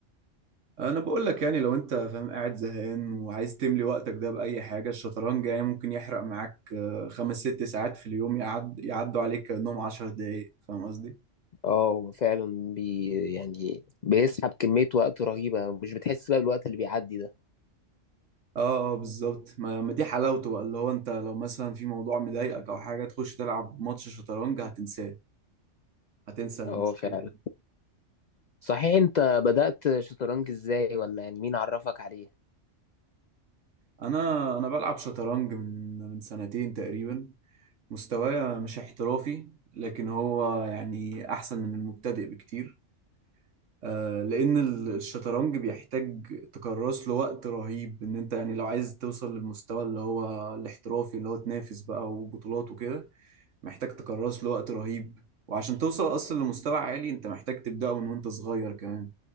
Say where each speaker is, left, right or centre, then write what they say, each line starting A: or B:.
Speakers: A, on the right; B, on the left.
A: انا بقول لك يعني لو انت فاهم قاعد زهقان وعايز تملي وقتك ده باي حاجه الشطرنج يعني ممكن يحرق معاك آه، خمس ست ساعات في اليوم يعد يعدوا عليك كأنهم عشر دقايق فاهم قصدي
B: اه هو فعلا بي يعني بيسحب كمية وقت رهيبة مش بتحس بقى بالوقت اللي بيعدي ده
A: اه آه، بالظبط ما ما دي حلاوته بقى اللي هو انت لو مثلا في موضوع مضايقك او حاجه تخش تلعب ماتش شطرنج هتنساه هتنسى المشكله
B: اه فعلا
A: يعني.
B: صحيح انت بدأت شطرنج ازاي ولا يعني مين عرفك عليه
A: انا انا بلعب شطرنج من من سنتين تقريبا مستواي مش احترافي لكن هو يعني احسن من المبتدئ بكتير آه، لان ال- الشطرنج بيحتاج تكرس له وقت رهيب ان انت يعني لو عايز توصل للمستوى اللي هو الاحترافي اللي هو تنافس بقى وبطولات وكده محتاج تكرس له وقت رهيب وعشان توصل اصلا لمستوى عالي انت محتاج تبدأه من وانت صغير كمان